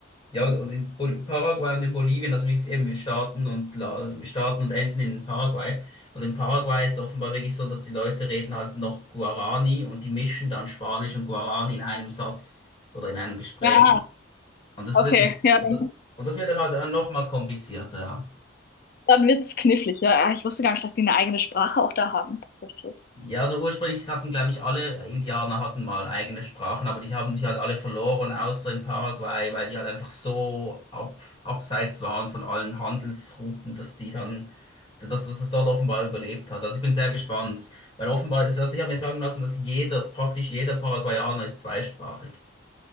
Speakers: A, on the left (about 30°); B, on the left (about 50°).
A: Ja, und, und in Bol Paraguay und in Bolivien, also wir, eben, wir starten und la- wir starten und enden in Paraguay. Und in Paraguay ist es offenbar wirklich so, dass die Leute reden halt noch Guarani und die mischen dann Spanisch und Guarani in einem Satz oder in einem Gespräch.
B: Ja,
A: Und das
B: okay,
A: wird dann,
B: ja, dann,
A: und das wird dann halt dann nochmals komplizierter, ja.
B: dann wird's knifflig. Ja, ich wusste gar nicht, dass die eine eigene Sprache auch da haben, tatsächlich.
A: Ja, also ursprünglich hatten, glaube ich, alle Indianer hatten mal eigene Sprachen, aber die haben sich halt alle verloren, außer in Paraguay, weil die halt einfach so ab, abseits waren von allen Handelsrouten, dass die dann, dass, dass es dort offenbar überlebt hat. Also ich bin sehr gespannt, weil offenbar ist, also ich habe mir sagen lassen, dass jeder, praktisch jeder Paraguayaner ist zweisprachig.